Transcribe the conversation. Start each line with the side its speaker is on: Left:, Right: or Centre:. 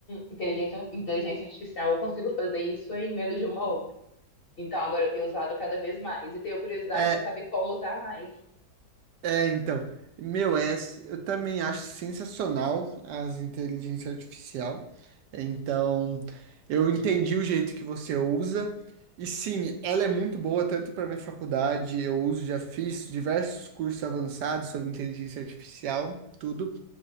Left: inteligência, inteligência artificial eu consigo fazer isso em menos de uma hora. Então agora eu tenho usado cada vez mais e tenho curiosidade
Right: É,
Left: de saber como usar mais.
Right: É, então, meu, é, eu também acho sensacional as inteligência artificial. É, Então, eu entendi o jeito que você usa. E sim, ela é muito boa tanto para minha faculdade, eu uso, já fiz diversos cursos avançados sobre inteligência artificial, tudo.